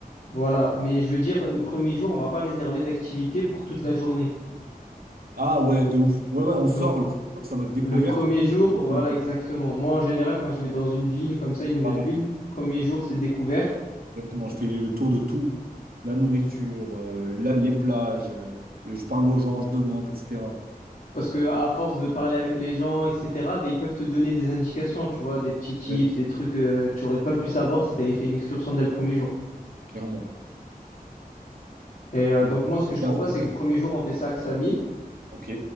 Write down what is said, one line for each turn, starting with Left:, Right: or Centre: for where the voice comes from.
Left: Voilà, mais je veux dire, le premier jour, on va pas réserver d'activité pour toute la journée.
Right: Ah ouais, de ouf. Ouais, ouais, on
Left: Donc,
Right: sort le premier jour, c'est en mode découverte.
Left: le premier jour,
Right: Ça me plaît
Left: voilà,
Right: ou pas.
Left: exactement. Moi, en général, quand je vais dans une ville comme ça, une nouvelle
Right: Pareil,
Left: ville, premier jour, c'est découverte.
Right: exactement. Je fais le tour de tout. La nourriture, euh, la- les plages, euh, le- je parle aux gens, je demande, etc.
Left: Parce que à force de parler avec les gens, etc., ben, ils peuvent te donner des indications, tu vois, des petits tips,
Right: Ouais,
Left: des trucs que tu aurais pas pu savoir si tu avais fait une excursion dès le premier jour.
Right: clairement.
Left: Et euh,
Right: Donc,
Left: donc, moi, ce que
Right: on
Left: je
Right: regarde
Left: propose,
Right: ce qu'on
Left: c'est
Right: dit.
Left: que le premier jour, on fait ça à Ksamil.
Right: Ok.